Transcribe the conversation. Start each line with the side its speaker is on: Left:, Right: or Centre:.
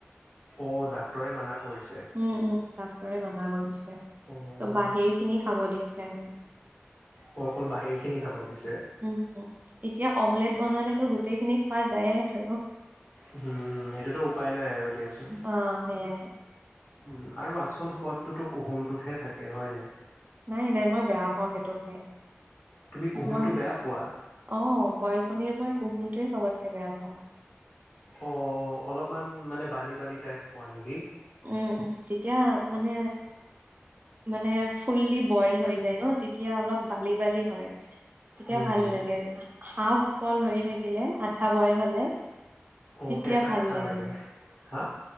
Left: অ' ডাক্তৰে মানা কৰিছে
Right: উম উম ডাক্তৰে মানা কৰিছে ত'
Left: অ'
Right: বাহিৰ খিনি খাব দিছে আৰু
Left: অ অকল বাহিৰ খিনি খাব দিছে
Right: উমম এতিয়া অমলেট বনালেতো গোটেই খিনি খোৱা যায়ে আৰু
Left: উম সেইটোতো উপায় নাই আৰু দিয়াচোন
Right: অ সে <unintelligible>
Left: উম আৰু আচল সোৱাদটোতো কুহুমটোতহে থাকে হয় নাই
Right: নাই নাই মই বেয়া পাও সেইটো খাই
Left: তুমি কুহুমটো
Right: মই
Left: বেয়া পোৱা
Right: অ বইল কনীৰ মই কুহুমটোৱে চবতকে বেয়া পাওঁ।
Left: অ অলপমান মানে বালি বালি টাইপ পোৱা নেকি
Right: উম উম তেতিয়া মানে মানে ফুল্লি বইল হৈ যায় ন তেতিয়া অলপ বালি বালি হয় তেতিয়া
Left: উম
Right: ভাল লাগে হাফ বইল হৈ থাকিলে আধা বইল হলে।
Left: অ
Right: তেতিয়া
Left: কেঁচা
Right: ভাল
Left: কেঁচা
Right: লাগে
Left: হা